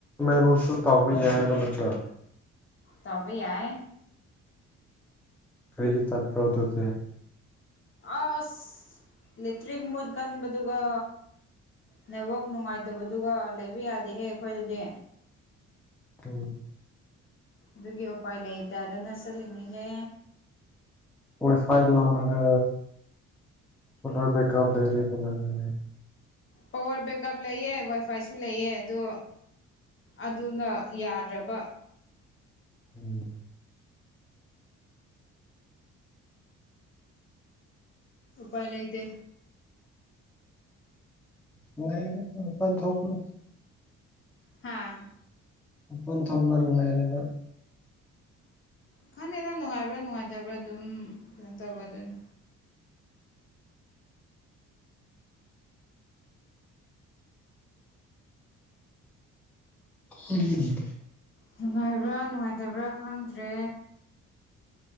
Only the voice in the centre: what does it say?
<unintelligible> ꯇꯥꯎꯕ ꯌꯥꯏ ꯍꯥꯏꯕ ꯅꯠꯇ꯭ꯔꯣ
ꯀꯔꯤꯒꯤ ꯆꯠꯄ꯭ꯔꯣ ꯑꯗꯨꯗꯤ
ꯎꯝ
ꯋꯥꯏꯐꯥꯏ ꯂꯧꯔꯒ ꯁꯣꯂꯔ ꯕꯦꯛꯀꯞ ꯂꯩꯔꯤ <unintelligible>
ꯎꯝ
<unintelligible>
ꯃꯄꯟ <unintelligible> ꯂꯩꯔꯦꯗ
ꯎꯝ